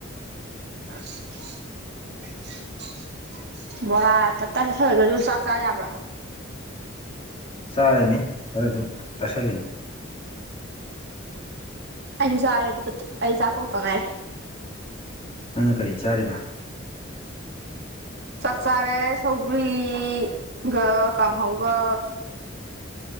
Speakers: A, on the right; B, on the left.
A: <unintelligible> ꯕꯣꯔꯥ ꯇꯞꯇꯥ ꯆꯥꯁꯜꯂꯒꯁꯨ ꯆꯥꯛ ꯆꯥ ꯌꯥꯕ꯭ꯔꯥ
B: ꯆꯥꯔꯅꯤ ꯈꯔ ꯑꯗꯨꯝ ꯆꯥꯥꯁꯜꯂꯤꯅꯤ
A: ꯑꯩꯁꯨ ꯆꯥꯔꯦ ꯑꯗꯨꯕꯨꯗꯤ ꯑꯩ ꯆꯥꯛ ꯇ‌ꯣꯛꯇ ꯉꯥꯏꯔꯤ
B: ꯅꯪꯅ ꯀꯔꯤ ꯆꯥꯔꯤꯕ
A: ꯆꯥꯛ ꯆꯥꯔꯦ ꯁꯧꯒ꯭ꯔꯤꯒ ꯀꯥꯡꯍꯧꯒ